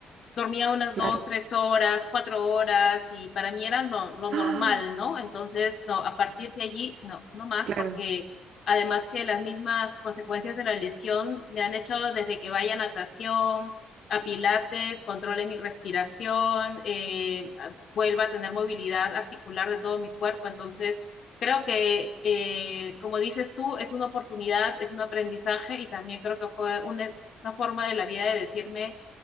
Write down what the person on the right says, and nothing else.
claro.
<gasps> ¡Ah!
Claro,